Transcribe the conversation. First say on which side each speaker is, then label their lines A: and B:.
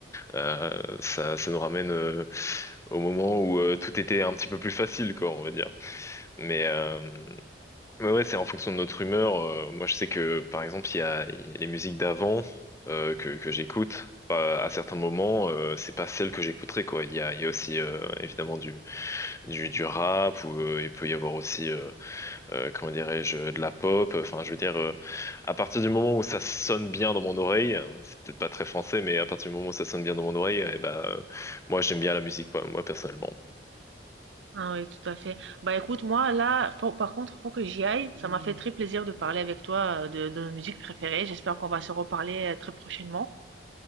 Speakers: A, on the left; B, on the right.
A: Euh, ça, ça nous ramène euh, au moment où euh, tout était un petit peu plus facile, quoi, on va dire. Mais euh, Ouais, ouais, c'est en fonction de notre humeur. euh, moi, je sais que, par exemple, il y a il y a les musiques d'avant euh, que, que j'écoute. Bah, à certains moments, euh, c'est pas celle que j'écouterais, quoi. Il y a, il y a aussi, euh, évidemment, du, du, du rap, ou euh, il peut y avoir aussi, euh, euh, comment dirais-je, de la pop. Enfin, je veux dire, euh, à partir du moment où ça sonne bien dans mon oreille, euh, c'est peut-être pas très français, mais à partir du moment où ça sonne bien dans mon oreille, eh ben, euh, moi, j'aime bien la musique, quoi, moi, personnellement.
B: Ah oui, tout à fait. Bah écoute, moi, là, faut- par contre, faut que j'y aille. Ça m'a fait très plaisir de parler avec toi euh, de, de nos musiques préférées. J'espère qu'on va se reparler euh, très prochainement.